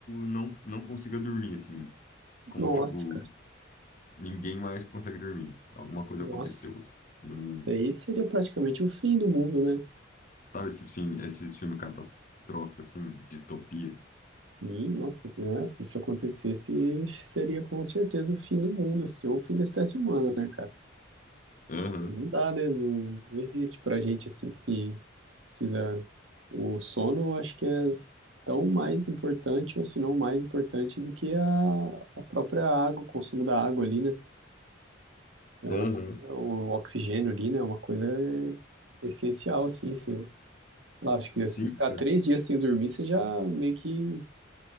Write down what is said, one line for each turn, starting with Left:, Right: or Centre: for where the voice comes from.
Left: não, não consiga dormir, assim, como
Right: Nossa,
Left: tipo,
Right: cara.
Left: ninguém mais consegue dormir. Alguma coisa
Right: Nossa.
Left: aconteceu, assim, no mundo.
Right: Isso aí seria praticamente o fim do mundo, né?
Left: Sabe esses filmes, esses filmes catastróficos, assim, distopia?
Right: Sim, nossa. é, se isso acontecesse, seria com certeza o fim do mundo, assim, ou o fim da espécie humana, né, cara?
Left: Aham,
Right: Não dá, né? Não, não existe pra gente assim que precisa. O sono, eu acho que é tão mais importante, ou se não mais importante, do que a, a própria água, o consumo da água ali, né? É
Left: aham.
Right: uma coisa, o oxigênio ali, né? É uma coisa essencial, assim. Se, eu- lá, acho que
Left: Sim,
Right: se ficar
Left: cara.
Right: três dias sem dormir, você já meio que